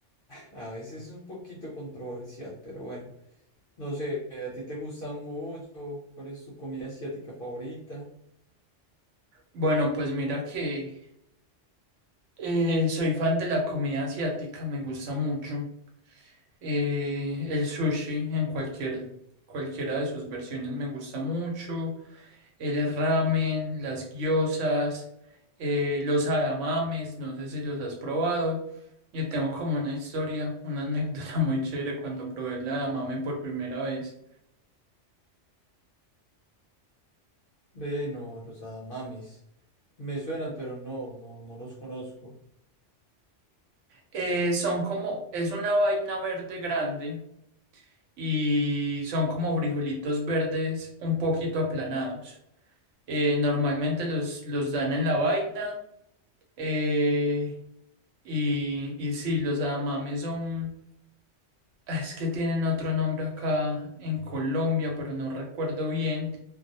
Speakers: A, on the left; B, on the right.
A: a veces es un poquito controversial, pero bueno, no sé, ¿a ti te gusta mucho? ¿Cuál es tu comida asiática favorita?
B: bueno, pues mira que eh, soy fan de la comida asiática, me gusta mucho. Eh, el sushi en cualquier, cualquiera de sus versiones me gusta mucho. el ramen, las gyozas, eh, los adamames, no sé si los has probado. Yo tengo como una historia, una anécdota <laughs> muy chévere cuando probé el adamame por primera vez.
A: Ve, no, los Adamamis. Me suenan, pero no, no, no los conozco.
B: Eh, son como, es una vaina verde grande y son como frijolitos verdes un poquito aplanados. Eh, normalmente los, los dan en la vaina eh, y, y sí, los adamames son Ah, Es que tienen otro nombre acá en Colombia, pero no recuerdo bien.